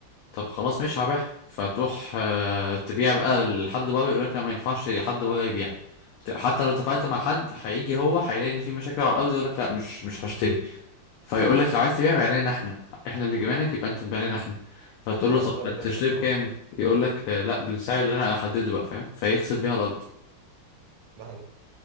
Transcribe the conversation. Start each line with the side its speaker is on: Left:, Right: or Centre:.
Left: طب خلاص مش هبيعها فتروح آه، تبيع بقى لحد بره يقولك لا ما ينفعش حد بره يبيع ت- حتى لو اتفقت مع حد هيجي هو هيلاقي ان في مشاكل على الارض يقولك لا مش مش هشتري فيقولك لو عايز تبيع بيع لنا احنا احنا اللي جبناك يبقى انت تبيع لنا احنا فتقول
Right: ده,
Left: له طب
Right: ده اللي
Left: هتشتري
Right: بيحصل
Left: <laughs> بكام
Right: فعلا
Left: يقولك آه، لا بالسعر اللي انا احدده بقى فاهم فيخسف بيها الارض
Right: ده حقيقي